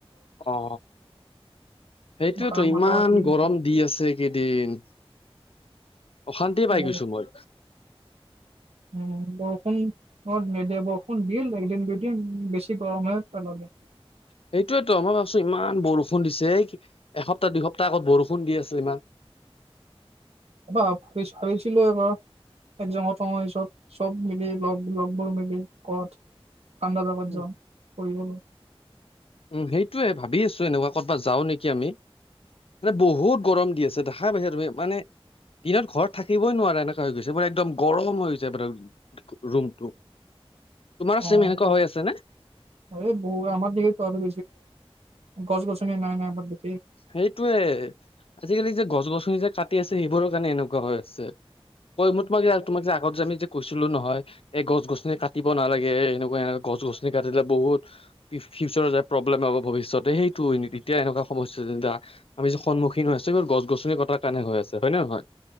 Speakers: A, on the left; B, on the right.
A: অ সেইটোয়েতো
B: মা
A: ইমান
B: মাথা ফাটি গৈছে।
A: গৰম দি আছে কেইদিন অশান্তিয়ে পাই
B: বৰ-
A: গৈছো মই
B: উম বৰষুণ অ মদ বৰষুণ দল একদিন দুদিন বেছি গৰম হৈ পালাগে
A: সেইটোয়েতো মই ভাবছো ইমান বৰষুণ দিছে এই এসপ্তাহ দুসপ্তাহ আগত বৰষুণ দি আছে ইমান
B: এবাৰ হাৰিছিলো এবাৰ একজ তনৰ পিছত চব মিলি লগ লগবোৰ মিলি কাত ঠাণ্ডা জাগাত
A: উম
B: যাম পৰি গো
A: উম সেইটোোৱে ভাবি আছো এনেকুৱা কৰ'বাত যাও নেকি আমি মানে বহুত গৰম দি আছে দেখা পাইছা তুমি মানে দিনত ঘৰত থাকিবই নোৱাৰা এনেকা হৈ গৈছে ব একদম গৰম হৈ যায় ব ৰুমটো। তোমাৰ
B: অ
A: চেম এনেকুৱা
B: বহু
A: হৈ আছে নে?
B: আমাৰ দি চেছ কৰ গছ গছনি নাই নাই ম
A: সেইটোয়ে আজিকালি যে গছ গছনি যে কাটি আছে সেইবোৰৰ কাৰণে এনেকুৱা হৈ আছে। ক মই ত ম তম আগত য আমি। কৈছিলো নহয় এই গছ গছনি কাটিব নালাগে এনেকুৱা এ গছ গছনি কাটিলে বহুত ফিউচাৰৰ যায় প্ৰব্লেম হব ভৱিষ্যতে সেইটো এতিয়া এনেকুৱা সমস্যা আমি য যে সন্মুখীন হৈ আছো গছ গছনি কটাৰ কাৰণে হৈ আছে হয় নহ নহয়।